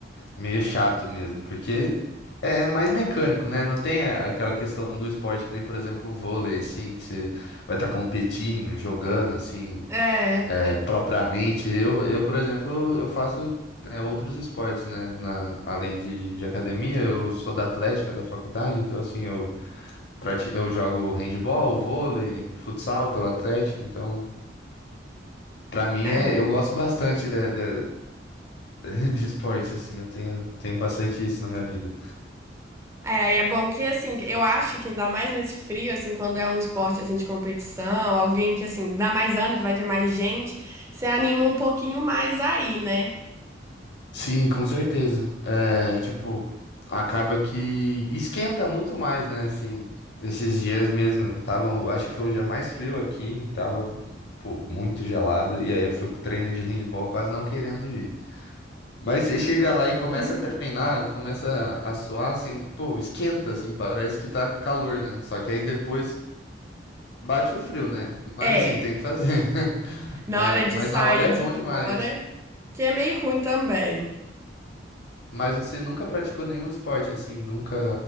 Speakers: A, on the left; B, on the right.
A: meio chato mesmo, porque é mais mecânico, né? Não tem a- aquela questão do esporte que nem, por exemplo, um vôlei, assim, que você vai estar competindo, jogando, assim,
B: É,
A: é, propriamente. Eu, eu, por exemplo, eu faço, é, outros esportes, né? Na, além de, de academia, eu sou da atlética da faculdade, então, assim, eu prati- Eu jogo handball, vôlei, futsal pela Atlética, então pra mim
B: é.
A: é, eu gosto bastante de, de, <laughs> de esporte assim, eu tenho, tenho bastante isso na minha vida.
B: É, e é bom que, assim, eu acho que ainda mais nesse frio, assim, quando é um esporte, assim, de competição, alguém que, assim, dá mais anos, vai ter mais gente, você anima um pouquinho mais aí, né?
A: Sim, com certeza. É, tipo, acaba que esquenta muito mais, né? Assim, esses dias mesmo, tava, acho que foi o dia mais frio aqui, tava, pô, muito gelado, e aí eu fui pro treino de handball quase não querendo ir. Mas você chega lá e começa
B: <laughs>
A: a treinar, começa a suar, assim, pô, esquenta, assim, parece que tá calor, né? Só que aí depois bate o frio, né? Mas
B: É.
A: assim, tem que fazer. <laughs>
B: na
A: Mas,
B: hora de
A: mas
B: sair
A: na hora é
B: de
A: bom
B: ir embora,
A: demais.
B: que é meio ruim também.
A: Mas você nunca praticou nenhum esporte, assim, nunca,